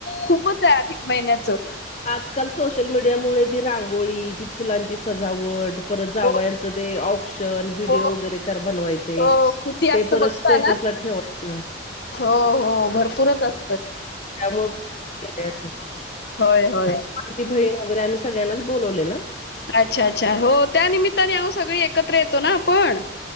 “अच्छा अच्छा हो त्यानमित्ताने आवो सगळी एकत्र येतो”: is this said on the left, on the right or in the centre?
Left